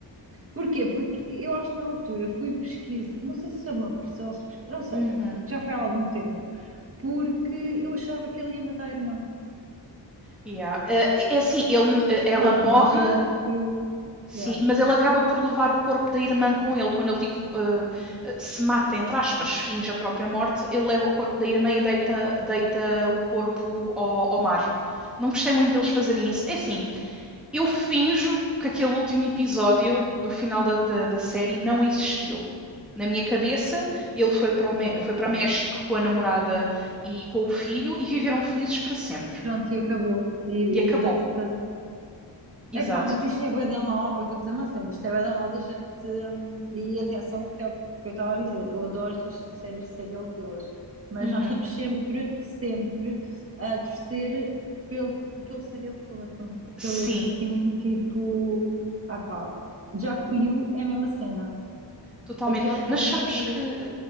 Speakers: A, on the right; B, in the centre.
A: Porquê? Porque eu acho que na altura fui pesquisar, não sei se já me apareceu, se pesquisa, não sei,
B: Uhum.
A: já foi há algum tempo, porque eu achava que ele ia matar a irmã.
B: Yeah. Eh, é assim, ele, eh,
A: Mas
B: ela
A: pronto,
B: morre,
A: não foi ele que.
B: sim,
A: Yeah,
B: mas ele acaba por levar o corpo da irmã com ele. Quando ele tipo eh, eh, se mata, entre aspas, finge a própria morte, ele leva o corpo da irmã e deita, deita o corpo ao, ao mar. Não gostei muito deles fazerem isso. É assim, eu finjo que aquele último episódio do final da, da, da série não existiu. Na minha cabeça, ele foi para,
A: ok.
B: o Mé- foi para México com a namorada e com o filho e viveram felizes para sempre.
A: Pronto, e acabou. E,
B: E acabou.
A: e o Dexter.
B: Exato.
A: Epá, mas isto é bué da mal. Eu vou dizer uma cena, isto é bué da mal da gente. hum, E atenção, que é o que eu estava a dizer. Eu adoro estas séries de serial killers. Mas
B: Uhum.
A: nós estamos sempre, sempre a torcer pelo, pelo serial killer, pronto. Pelo
B: Sim,
A: assassino, tipo. Ah pá, já que o You é a mesma cena.
B: totalmente.
A: Aqui há tempo.
B: Mas Então, sabes que, uh,